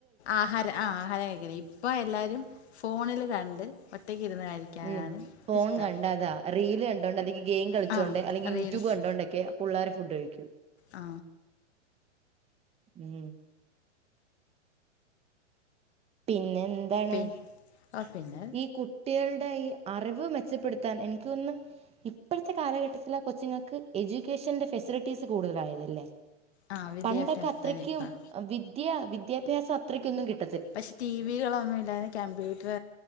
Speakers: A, on the left (about 60°); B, on the right (about 15°).
A: ആഹാരം ആ ആഹാരം കഴിക്കല് ഇപ്പൊ എല്ലാരും ഫോണില് കണ്ട് ഒറ്റക്ക് ഇരുന്ന് കഴിക്കാനാണ്
B: ഉം ഫോൺ
A: ഇഷ്ടം
B: കണ്ടതാ റീല് കണ്ടോണ്ട് അല്ലെങ്കി ഗെയിം കളിച്ചുകൊണ്ട്
A: ആ
B: അല്ലെങ്കി
A: റീൽസ്
B: യൂട്യൂബ് കണ്ടോണ്ടൊക്കെയാ പുള്ളാര് ഫുഡ് കഴിക്കൂ
A: ആ
B: ഉം പിന്നെ എന്താണ്
A: പി ഓ പിന്നെ
B: ഈ കുട്ടികൾ ഇപ്പൊ ഈ അറിവ് മെച്ചപ്പെടുത്താൻ എനിക്ക് തോന്നുന്നു ഇപ്പഴത്തെ കാലഘട്ടത്തിലെ കൊച്ചുങ്ങൾക്ക് എഡ്യൂക്കേഷന്റെ ഫെസിലിറ്റീസ് കൂടുതലായതല്ലേ
A: ആ വിദ്യാഭ്യാസത്തിന്
B: പണ്ടൊക്കെ അത്രയ്ക്കും
A: ഇപ്പം
B: വിദ്യ വിദ്യഭ്യാസം അത്രക്കൊന്നും കിട്ടി
A: പക്ഷെ ടിവികളൊന്നും ഇല്ലായിരു കമ്പ്യൂട്ടർ